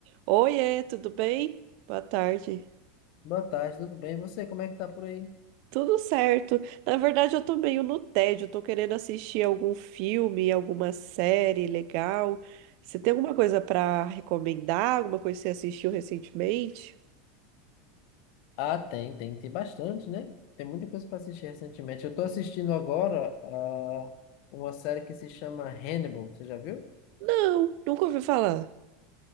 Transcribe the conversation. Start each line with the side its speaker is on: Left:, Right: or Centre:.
Right: Oiê, tudo bem? Boa tarde.
Left: Boa tarde, tudo bem? E você, como é que tá por aí?
Right: Tudo certo. Na verdade, eu tô meio no tédio, tô querendo assistir algum filme, alguma série legal. Você tem alguma coisa pra recomendar? Alguma coisa que você assistiu recentemente?
Left: Ah, tem, tem, tem bastante, né? Tem muita coisa para assistir recentemente. Eu tô assistindo agora ah, uma série que se chama Hannibal, você já viu?
Right: Não, nunca ouvi falar.